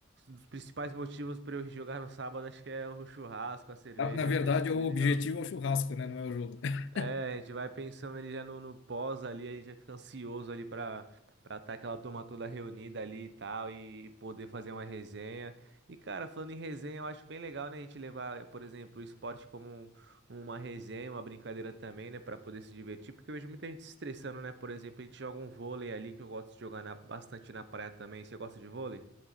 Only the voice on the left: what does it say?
Na, na verdade,
o
objetivo é o churrasco, né? Não é o jogo. <laughs>